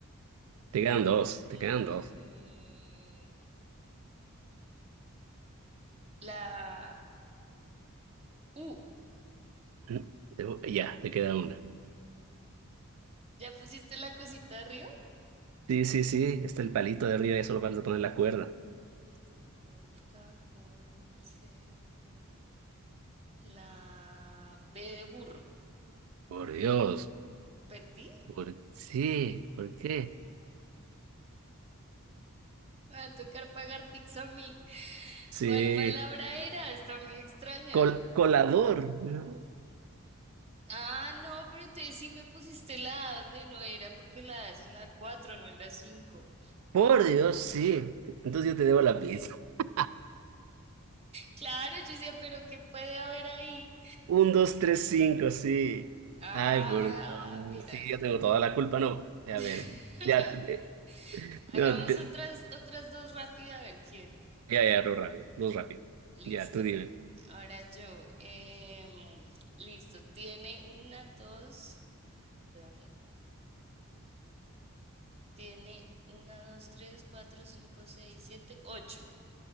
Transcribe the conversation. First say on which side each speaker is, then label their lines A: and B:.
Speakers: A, on the right; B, on the right.
A: te quedan dos,
B: mm,
A: te quedan dos.
B: la U.
A: Ujú. Te- Ya, te queda una.
B: ¿Ya pusiste la cosita arriba?
A: Sí, sí, sí, está el palito
B: Col,
A: de arriba y solo vas a poner la cuerda.
B: colte, colca, colce, col. La B de burro.
A: Por Dios.
B: ¿Perdí?
A: ¿Por sí? ¿Por qué?
B: Me va a tocar pagar pizza a mí.
A: Sí,
B: ¿Cuál palabra era? Está muy extraña.
A: Col- colador. ¿no?
B: Ah, no, pero entonces sí me pusiste la A donde no era, porque la A es en la 4, no en la cinco.
A: Por Dios, sí. Entonces yo te debo la pizza. <laughs>
B: Claro, yo decía, pero ¿qué puede haber ahí?
A: Un, dos, tres, cinco, sí.
B: Ah,
A: Ay, por Dios.
B: mira.
A: Sí, yo tengo toda la culpa, no. Eh, A
B: <laughs>
A: ver, ya, eh,
B: Hagamos
A: no, te-
B: otras, otras dos rápidas a ver quién.
A: ya, ya, no rápido, no rápido.
B: Listo.
A: Ya, tú dime.
B: Ahora yo. em, listo. Tiene una, dos. Espérame. Tiene una, dos, tres, cuatro, cinco, seis, siete, ocho.